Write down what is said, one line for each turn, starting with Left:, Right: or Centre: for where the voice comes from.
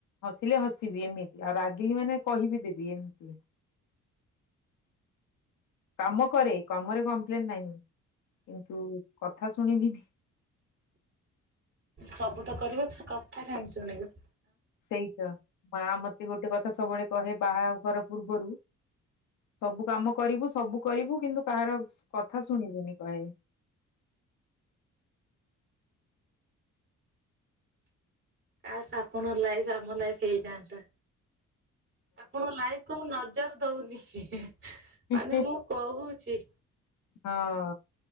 Left: ହସିଲେ ହସିବି ଏମିତି ଆଉ ରାଗିଲି ମାନେ କହିବି ଦେବି ଏମିତି। କାମ କରେ କାମରେ କମ୍ପ୍ଲେନ୍ ନାହିଁ। କିନ୍ତନ୍ତୁ କଥା ଶୁଣ ଭି
Right: ସବୁ ତ କର ସେ କଥା କାହିଁ ଶୁଣିବ।
Left: ସେଇତ ମା ମତେ ଗୋଟେ କଥା ସବୁବେଳେ କହେ ବାହାଘର ପୂର୍ବରୁ। ସବୁ କାମ କରିବୁ ସବୁ କରିବୁ କିନ୍ତୁ କାହାର କଥା ଶୁଣିବୁନି କେବେ।
Right: ଆସ୍ ଆପଣ ଲାଇଫ ଆମ ଲାଇଫ ହେଇଯାଆନ୍ତା। ଆପଣ ଲାଇଫ କ ମୁ ନଜର ଦଉନି ହି ହି। ମାନେ
Left: ହଁ
Right: ମୁଁ କହୁଛି।
Left: ହଁ